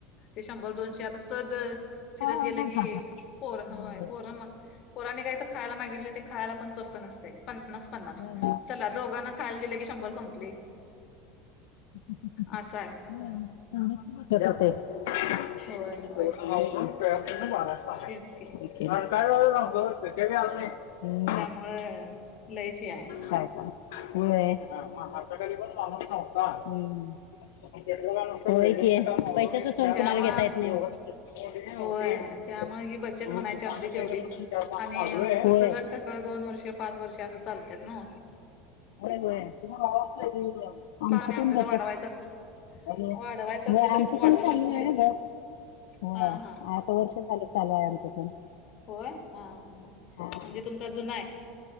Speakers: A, on the left; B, on the left.
A: ते शंभर दोनशे आता सज फिरत
B: सहजच
A: गेल की.
B: जातात
A: पोरय
B: होय
A: पोर पोराांने काही तर खायला मागितलं ते खायला पण स्वस्त नसते पण पन्नास पन्नास
B: होय
A: चला दोघांना खाल दिले की शंभर संपले.
B: हो. <unintelligible>
A: असं आहे होय होय तेच की
B: हम्म.
A: व्हय. लईच आ.
B: हाय काय व्ह्य हम्म. <inaudible>
A: हम्म
B: काम आवरलं. पैशाचं सोंग
A: त्यामुळं
B: कुणाला घेता येत नाही. एवढे नाही
A: होय
B: होते.
A: त्यामुळे ही बचत
B: मी
A: म्हणायची
B: पानं
A: आपली
B: द्यायला
A: तेवढीच
B: गेलो तर चार पानं
A: आणि
B: मागलोय. होय
A: कस लट कस वे दोन वर्षे पाच वर्ष असं चालतात ना.
B: हो आमच
A: पाणी आपल्याला
B: कोण त्याच्यात
A: वाढवायचं असल
B: हॅलो
A: वाढवायचं
B: व्हय
A: असलं तरी
B: आमचं
A: वाढवू
B: पण चाललय
A: शकतोय
B: आहे घर हो
A: हा हा
B: आठ वर्ष झालं चालू आहे आमचं पण.
A: होय हा हा
B: हा
A: म्हणजे तुमचा जुना आहे.